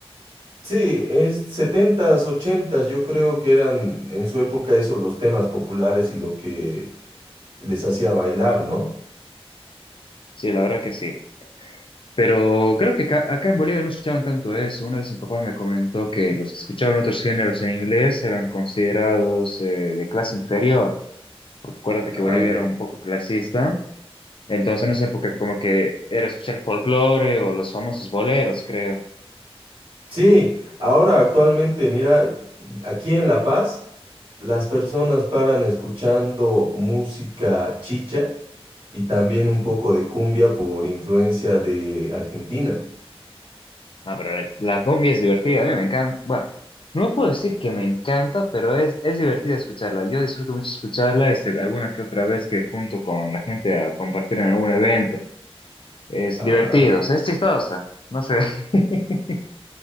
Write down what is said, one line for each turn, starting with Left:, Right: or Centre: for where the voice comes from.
Right: Sí, es setentas, ochentas, yo creo que eran en su época eso los temas populares y lo que les hacía bailar, ¿no?
Left: Sí, la verdad que sí. Pero creo que ca- acá en Bolivia no escuchaban tanto eso. Una vez mi papá me comentó que los que escuchaban otros géneros en inglés eran considerados eh, de clase inferior, porque acuérdate que
Right: Ah,
Left: Bolivia
Right: ya.
Left: era un poco clasista. Entonces, en esa época como que era escuchar folclore o los famosos boleros, creo.
Right: Sí, ahora actualmente, mira, aquí en La Paz. Las personas paran escuchando música chicha y también
Left: Ujú.
Right: un poco de cumbia por influencia de Argentina.
Left: Ah, pero la, la cumbia es divertida, a mí me encanta. Bueno, no puedo decir que me encanta, pero es, es divertida escucharla. Yo disfruto mucho escucharla, este, alguna que otra vez que junto con la gente a compartir en algún evento. Es
Right: Ah,
Left: divertido,
Right: ya.
Left: o sea, es chistosa, no sé. <laughs>